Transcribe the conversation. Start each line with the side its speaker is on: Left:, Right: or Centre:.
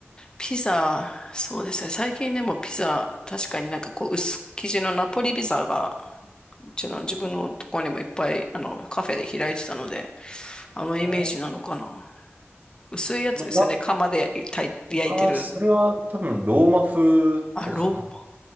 Left: ピザ、そうですね。最近でもピザ、確かになんかこう薄生地のナポリピザが、うちの自分のところにもいっぱいあのカフェで開いてたので、あのイメージなのかな。
Right: あー
Left: 薄いやつですよね。
Right: まあ、な、
Left: 釜で焼い焼いてる。
Right: あー、それは多分、ローマ風とかかな。
Left: あ、ローマ。